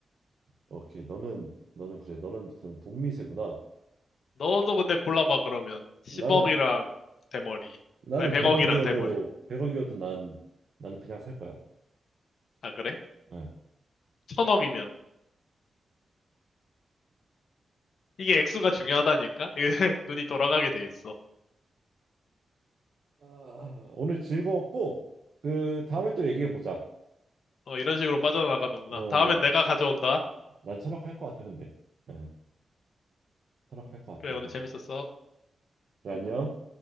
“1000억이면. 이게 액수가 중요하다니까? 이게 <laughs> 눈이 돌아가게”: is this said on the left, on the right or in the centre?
Left